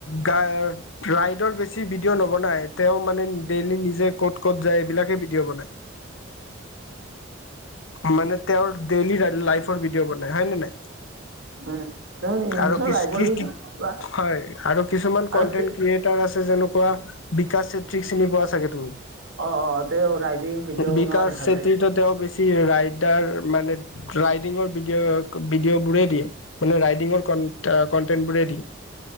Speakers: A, on the left; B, on the right.
A: ৰাইডৰ বেছি ভিডিঅ' নবনাই তেওঁ মানে ডেইলি নিজে ক'ত ক'ত যায় এইবিলাক ভিডিঅ বনাই মানে তেওঁৰ ডেইলি লাইফ ভিডিঅ' বনাই হয় নে নাই
B: <unintelligible> তেওঁ নি- নিজৰ
A: আৰু হয়
B: লাইফৰ বিষয়ে বা
A: আৰু কিছুমান
B: আৰু
A: কন্টেন্ট
B: তে-
A: ক্ৰিয়েটাৰ আছে যেনেকুৱা বিকাশ চেত্ৰীক চিনি পোৱা চাগে তুমি
B: অ', অ'। তেওঁ ৰাইডিং ভিডিঅ'
A: বিকাশ
B: বনোৱা দেখা
A: চেত্ৰী
B: যায়
A: তেওঁ বেছি ৰাইটাৰ মানে ৰাইডিঙৰ ভিডিঅ' ভিডিঅ' বোৰে দিয়ে মানে ৰাইডিঙৰ কনটেন্ট বোৰে দিয়ে